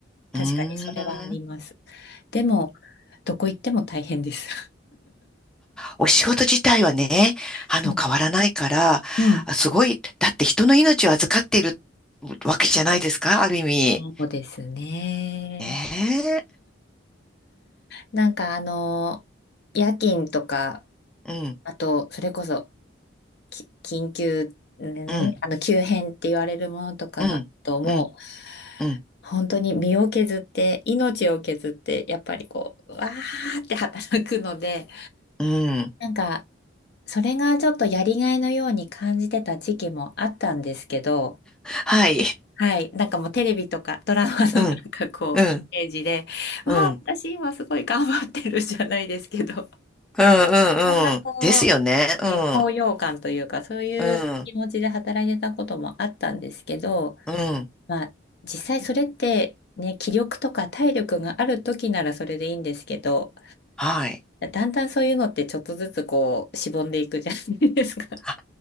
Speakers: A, on the left; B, in the centre.
A: 確かにそれはあります。
B: うーん。
A: でも、どこ行っても大変です。
B: お仕事自体はね、
A: <laughs>
B: あの、
A: そうです。
B: 変わらないから、
A: うん。
B: あすごい、だって人の命を預かっているわけじゃないですか、ある意味。
A: そうですね。
B: ね
A: なんかあの、夜勤とか、
B: え。うん、
A: あと、それこそ、き緊急、ね何あの、
B: うん、
A: 急変って言われるものとかが、
B: うん、
A: と、もう、
B: うん、うん、
A: 本当に身を削って、命を削って、やっぱりこう、わーって働くので、
B: うん。
A: なんか、それがちょっとやりがいのように感じてた時期もあったんですけど、
B: はい。
A: はい。なんかもうテレビとかドラマのなんかこう、
B: うん、うん、
A: イメージで、わあ、
B: うん、うん、
A: 私今すごい頑張ってるじゃないですけど、
B: うん、
A: そんなこ
B: うん。ですよね。
A: う、
B: うん、
A: ね、高揚感というか、そういう気持ちで働いてたこともあったんですけど、
B: うん、うん。
A: まあ、実際それってね、気力とか体力がある時ならそれでいいんですけど、
B: はい。
A: だんだんそういうのってちょっとずつこう、しぼんでいくじゃないですか。
B: あ、